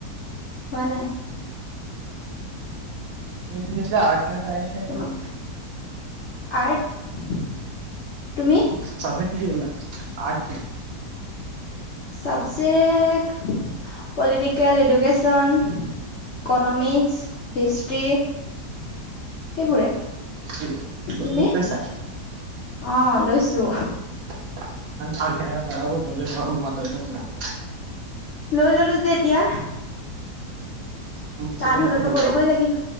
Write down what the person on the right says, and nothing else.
<unintelligible> আৰ্টছ নে চাইন্স নে
কি?
চাব্জেক্ট কি কি ললা? Art.
history ইকনমিক্স
লৈছা?
<unintelligible>
মোৰতো
মেইন
হৈ
গ'ল।